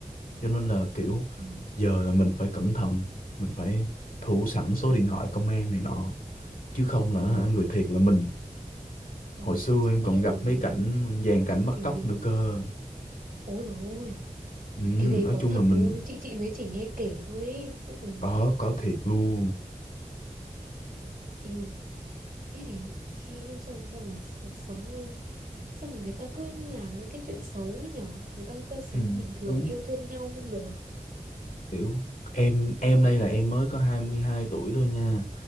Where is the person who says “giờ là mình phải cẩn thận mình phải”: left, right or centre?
Left